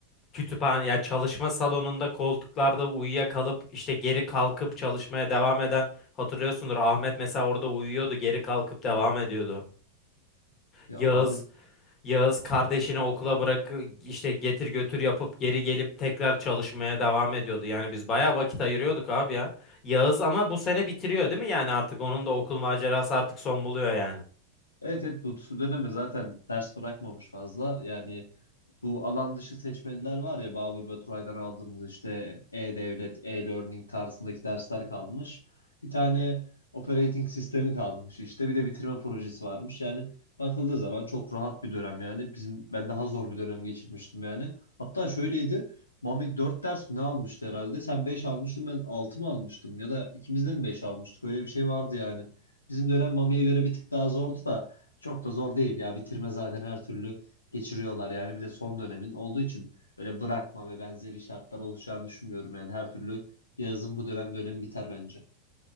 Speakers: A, on the left; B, on the left.
A: Kütüphane ya çalışma salonunda koltuklarda uyuyakalıp işte geri kalkıp çalışmaya devam eden hatırlıyorsundur. Ahmet mesela orada uyuyordu, geri kalkıp devam ediyordu.
B: Ya
A: Yağız
B: abi.
A: Yağız kardeşini okula bırak işte getir götür yapıp geri gelip tekrar çalışmaya devam ediyordu. Yani biz bayağı vakit ayırıyorduk abi ya. Yağız ama bu sene bitiriyor değil mi? Yani artık onun da okul macerası artık son buluyor yani.
B: Evet evet bu Südeneme zaten ders bırakmamış fazla. Yani Bu alan dışı seçmeliler var ya Babür Baturay'dan aldığımız işte e-devlet, e-learning tarzındaki dersler kalmış. Bir tane operating sistemi kalmış işte. Bir de bitirme projesi varmış. Yani bakıldığı zaman çok rahat bir dönem yani. Bizim ben daha zor bir dönem geçirmiştim yani. Hatta şöyleydi. Mami 4 ders mi ne almıştı herhalde? Sen 5 almıştın ben 6 mı almıştım? Ya da ikimiz de mi 5 almıştık? Öyle bir şey vardı yani. Bizim dönem Mami'ye göre bir tık daha zordu da çok da zor değil ya. Bitirme zaten her türlü geçiriyorlar yani. Bir de son dönemin olduğu için öyle bırakma ve benzeri şartlar oluşacağını düşünmüyorum. Yani her türlü yazın bu dönem dönemi biter bence.